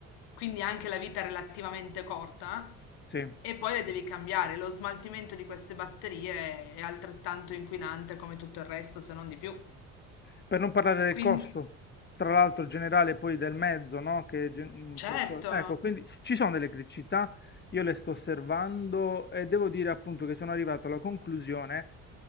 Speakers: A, on the left (about 75°); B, on the left (about 25°).
A: quindi anche la vita è relativamente corta,
B: Sì.
A: e poi le devi cambiare. Lo smaltimento di queste batterie è altrettanto inquinante come tutto il resto, se non di più.
B: Per non parlare del
A: Quindi
B: costo, tra l'altro generale poi del mezzo, no? Che, gen- che
A: Certo,
B: co- ecco, quindi s- ci sono delle criticità, io le sto osservando e devo dire appunto che sono arrivato alla conclusione